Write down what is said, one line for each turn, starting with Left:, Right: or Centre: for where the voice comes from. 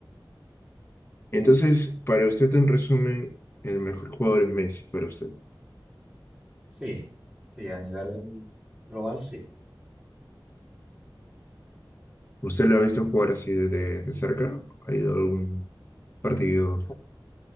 Left: Entonces, para usted, en resumen, el mejor jugador es Messi, para usted.
Right: Sí, sí, a nivel global sí.
Left: ¿Usted lo ha visto jugar así de, de de cerca? ¿Ha ido a algún partido?